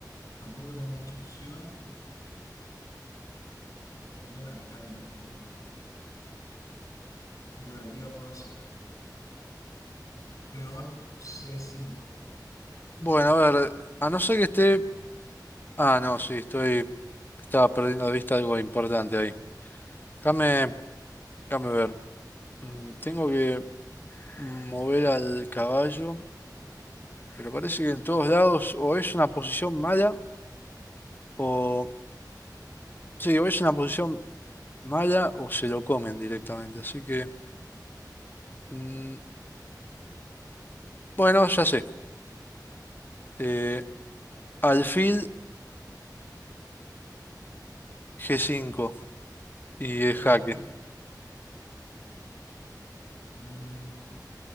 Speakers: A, on the left; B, on the left.
A: tampoco tengo mucha opción. Me gustaría alargarme un poco. Yo Creo que aquí la puedo hacer. Peón c cinco
B: Bueno, a ver, a no ser que esté... Ah, no, sí, estoy... Estaba perdiendo de vista algo importante ahí. Déjame, déjame ver. Mm, Tengo que mover al caballo, pero parece que en todos lados o es una posición mala o... Sí, o es una posición mala o se lo comen directamente. Así que, mm, bueno, ya sé. Eh, alfil G5 y es
A: aquí
B: jaque.
A: Mm,